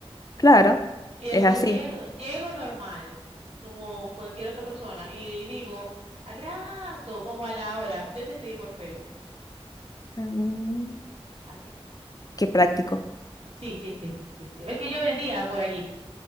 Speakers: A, on the left; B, on the right.
A: Claro,
B: Y después
A: es así.
B: llego, llego normal, como cualquier otra persona, y digo, al rato, como a la hora, yo te escribí por Facebook.
A: Mm,
B: Así.
A: qué práctico.
B: Sí, sí, sí, sí, sí, sí. Es que yo vendía por allí.